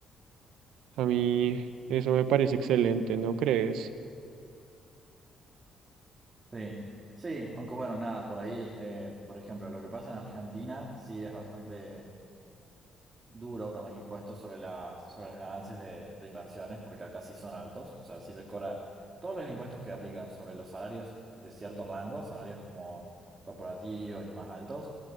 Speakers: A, on the right; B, on the right.
A: A mí eso me parece excelente, ¿no crees?
B: sí, sí, aunque bueno, nada, por ahí, eh, por ejemplo, lo que pasa en Argentina sí es bastante... duro con los impuestos sobre las, sobre las ganancias de, de inversiones, porque acá sí son altos, o sea, sí se cobra todos los impuestos que aplican sobre los salarios de cierto rango, salarios como corporativos y más altos,